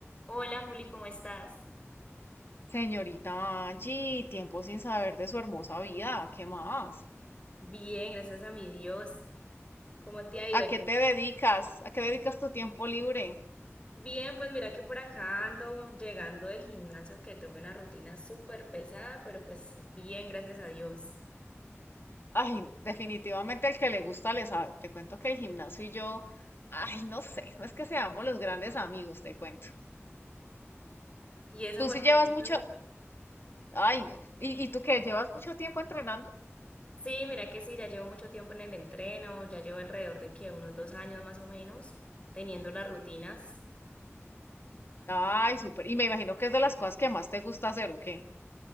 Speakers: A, on the left (about 25°); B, on the left (about 55°).
A: Hola Juli, ¿cómo estás?
B: Señorita Angie, tiempo sin saber de su hermosa vida, ¿qué más?
A: Bien, gracias a mi Dios. ¿Cómo te ha ido?
B: ¿A qué
A: Yo-
B: te dedicas? ¿A qué dedicas tu tiempo libre?
A: Bien, pues mira que por acá ando llegando del gimnasio que tuve una rutina súper pesada, pero pues bien, gracias a Dios.
B: Ay, no, definitivamente el que le gusta le sabe. Te cuento que el gimnasio y yo, ay, no sé, no es que seamos los grandes amigos, te cuento.
A: ¿Y eso
B: Tú
A: por
B: sí llevas
A: qué no
B: mucho,
A: te gusta?
B: ay, no. ¿Y, y tú qué? ¿Llevas mucho tiempo entrenando?
A: Sí, mira que sí, ya llevo mucho tiempo en el entreno, ya llevo alrededor de que unos dos años más o menos teniendo las rutinas.
B: Ay, súper. Y me imagino que es de las cosas que más te gusta hacer, ¿o qué?